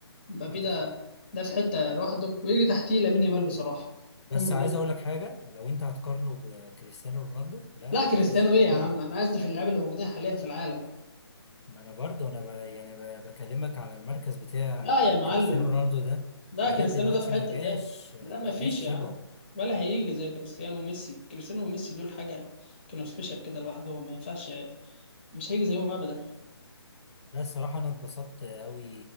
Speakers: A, on the left; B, on the left.
A: مبابي
B: عندك
A: ده
B: حق
A: ده في حته لوحده ويجي تحتيه لامين يامال بصراحه
B: بس
A: هم
B: عايز
A: دول
B: أقول لك حاجة لو أنت هتقارنه بكريستيانو رونالدو لا
A: لا
B: ما
A: كريستيانو
B: فيش
A: ايه
B: مقارنة
A: يا عم انا اسف اللعيبه اللي موجودين حاليا في العالم
B: ما انا برضه انا ب... يعني ب... بكلمك على المركز بتاع
A: لا يا معلم
B: كريستيانو رونالدو ده
A: لا
B: لغايه
A: كريستيانو
B: دلوقتي
A: ده في حته
B: ما جاش
A: تاني لا
B: ما
A: ما فيش
B: جاش شبهه
A: يا عم ولا هيجي زي كريستيانو وميسي كريستيانو وميسي دول حاجه كانوا سبيشال كده لوحدهم ما ينفعش مش هيجي زيهم ابدا
B: لا الصراحه انا اتبسطت قوي